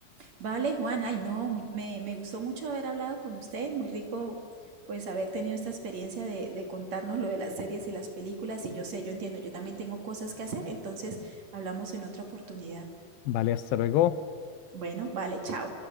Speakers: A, on the right (about 50°); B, on the left (about 80°).
A: Vale, Juan, ay no, mu- me, me gustó mucho haber hablado con usted. Muy rico, pues, haber tenido esta experiencia de, de contarnos lo de las series y las películas. Y yo sé, yo entiendo, yo también tengo cosas que hacer. Entonces, hablamos en otra oportunidad.
B: Vale, hasta luego.
A: Bueno, vale, chao.